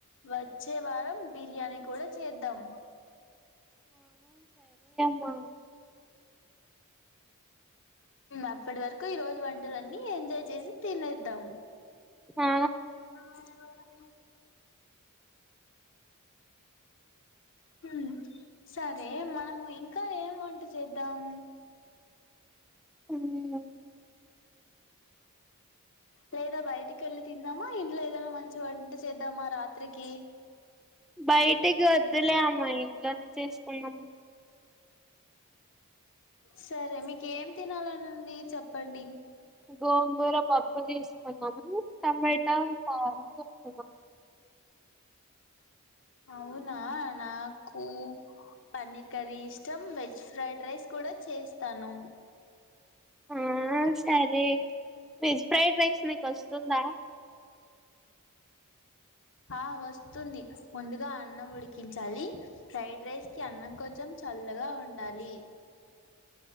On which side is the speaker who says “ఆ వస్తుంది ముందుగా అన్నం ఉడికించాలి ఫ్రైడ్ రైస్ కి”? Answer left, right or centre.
Left